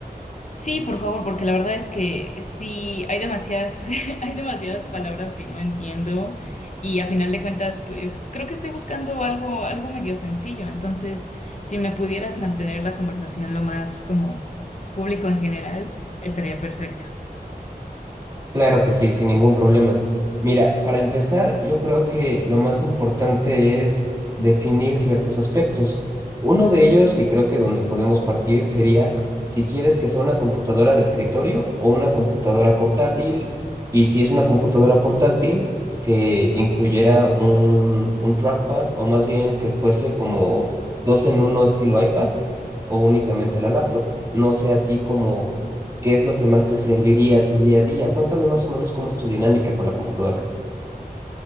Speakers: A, on the left; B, on the right.
A: Sí, por favor, porque la verdad es que sí, hay demasiadas, <laughs> hay demasiadas palabras que no entiendo y a final de cuentas, pues creo que estoy buscando algo, algo medio sencillo. Entonces, si me pudieras mantener la conversación lo más como público en general, estaría perfecto.
B: Claro que sí, sin ningún problema. Mira, para empezar, yo creo que lo más importante es definir ciertos aspectos. Uno de ellos, y creo que donde podemos partir, sería si quieres que sea una computadora de escritorio o una computadora portátil, y si es una computadora portátil, que incluyera un, un trackpad, o más bien que fuese como dos en uno estilo iPad, o únicamente la laptop. No sé a ti como qué es lo que más te serviría a tu día a día. Cuéntame más o menos cómo es tu dinámica con la computadora.